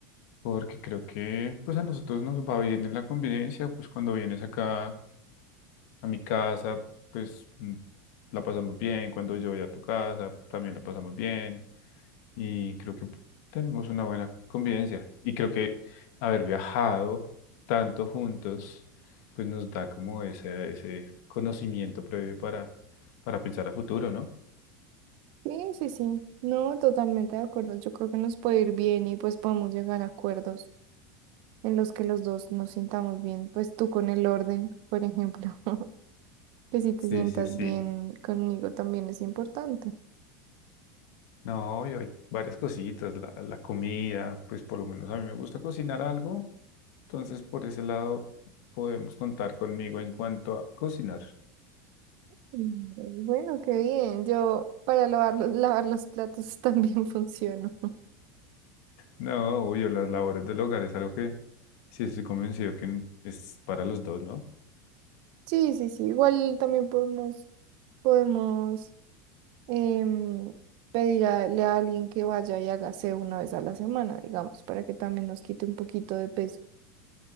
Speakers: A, on the left; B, on the right.
A: porque creo que pues a nosotros nos va bien en la convivencia, pues cuando vienes acá. a mi casa, pues mm, la pasamos bien. Cuando yo voy a tu casa, también la pasamos bien. Y creo que tenemos una buena convivencia. Y creo que haber viajado tanto juntos, pues nos da como ese, ese conocimiento previo para, para pensar a futuro, ¿no?
B: Sí, sí, sí, no, totalmente de acuerdo. Yo creo que nos puede ir bien y pues podemos llegar a acuerdos en los que los dos nos sintamos bien, pues tú con el orden, por ejemplo, <laughs> que si te
A: Sí,
B: sientas
A: sí, sí.
B: bien conmigo también es importante.
A: No, obvio, hay varias cositas. La, la comida, pues por lo menos a mí me gusta cocinar algo. Entonces, por ese lado, podemos contar conmigo en cuanto a cocinar.
B: Mm, Bueno, qué bien, yo para lavar los, lavar los platos <laughs> también funciono.
A: No, obvio, las labores del hogar es algo que sí estoy convencido que es para los dos, ¿no?
B: Sí, sí, sí, igual también podemos, podemos. em, pedirle a alguien que vaya y hágase una vez a la semana, digamos, para que también nos quite un poquito de peso.